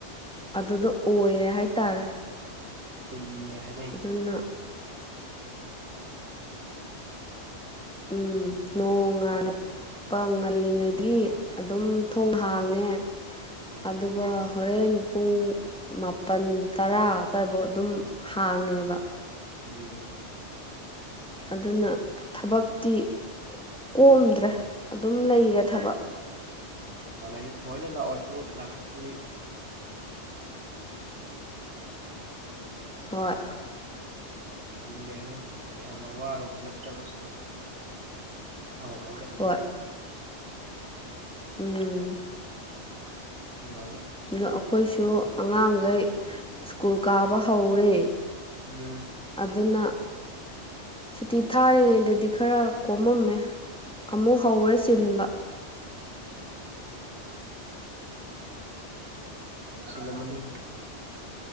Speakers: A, in the centre; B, on the right.
A: ꯑꯗꯨꯗ ꯑꯣꯏꯔꯦ ꯍꯥꯏꯇꯥꯔꯦ
B: ꯎꯝ <unintelligible>
A: ꯑꯗꯨꯅ ꯎꯝ ꯅꯣꯡ ꯉꯥꯜꯂꯛꯄ ꯉꯜꯂꯤꯉꯩꯗꯒꯤ ꯑꯗꯨꯝ ꯊꯣꯡ ꯍꯥꯡꯉꯦ
B: ꯎꯝ
A: ꯑꯗꯨꯒ ꯍꯣꯔꯦꯟ ꯄꯨꯡ ꯃꯥꯄꯜ ꯇꯔꯥ ꯑꯗꯨ꯭ꯋꯥꯏꯐꯥꯎ ꯑꯗꯨꯝ ꯍꯥꯡꯉꯦꯕ
B: ꯎꯝ
A: ꯑꯗꯨꯅ ꯊꯕꯛꯇꯤ ꯀꯣꯝꯗ꯭ꯔꯦ ꯑꯗꯨꯝ ꯂꯩꯔꯦ ꯊꯕꯛ
B: ꯑꯗꯨꯗꯗꯤ ꯊꯑꯣꯏꯅ ꯂꯥꯛꯑꯣꯁꯨ ꯂꯥꯛꯇꯗꯤ
A: ꯍꯣꯏ
B: ꯍꯥꯏꯅꯤ ꯌꯥꯝꯅ ꯋꯥꯔꯨꯕ ꯅꯠꯇ꯭ꯔꯒꯁꯨ ꯊꯥꯕꯝ ꯈꯪꯗꯕ
A: ꯍꯣꯏ ꯎꯝ
B: ꯃꯥꯅꯦ
A: ꯑ ꯑꯩꯈꯣꯏꯁꯨ ꯑꯉꯥꯡꯈꯩ ꯁ꯭ꯀꯨꯜ ꯀꯥꯕ ꯍꯧꯔꯦ
B: ꯎꯝ
A: ꯑꯗꯨꯅ ꯁꯨꯇꯤ ꯊꯥꯔꯤꯉꯩꯗꯗꯤ ꯈꯔ ꯀꯣꯝꯃꯝꯃꯦ ꯑꯃꯨꯛ ꯍꯧꯔꯦ ꯆꯤꯟꯕ
B: ꯆꯤꯜꯂꯝꯃꯅꯤ